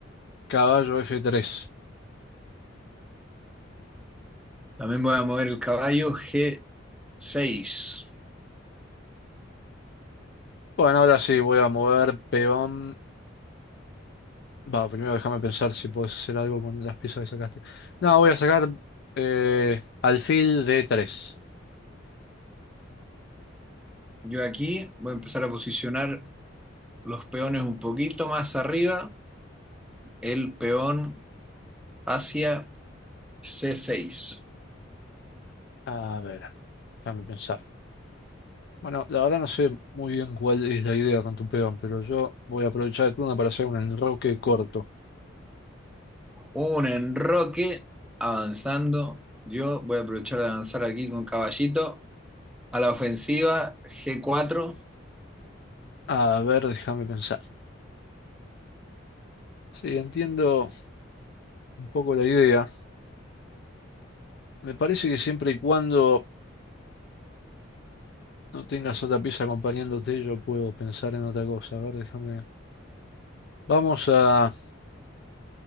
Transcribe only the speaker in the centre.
También voy a mover el caballo G6.
Yo aquí voy a empezar a posicionar los peones un poquito más arriba, el peón hacia C6.
Un enroque avanzando. Yo voy a aprovechar de avanzar aquí con caballito. A la ofensiva, G4.